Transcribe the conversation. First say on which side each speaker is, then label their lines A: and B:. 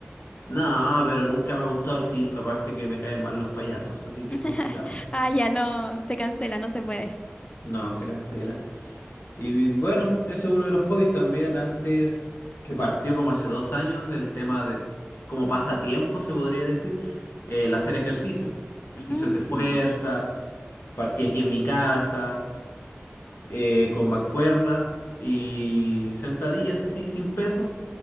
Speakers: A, on the left; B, on the left.
A: No, pero nunca me ha gustado el circo, aparte que me caen mal los payasos, así que
B: <laughs>
A: es complicado.
B: Ah, ya no, se cancela, no se puede.
A: No, se cancela. Y bueno, ese es uno de los hobbies también. Antes, que partió como hace dos años, el tema de, como pasatiempo se podría decir, el hacer ejercicio. Ejercicios
B: Mm,
A: de fuerza, partí aquí en mi casa eh, con mancuernas y sentadillas así sin peso.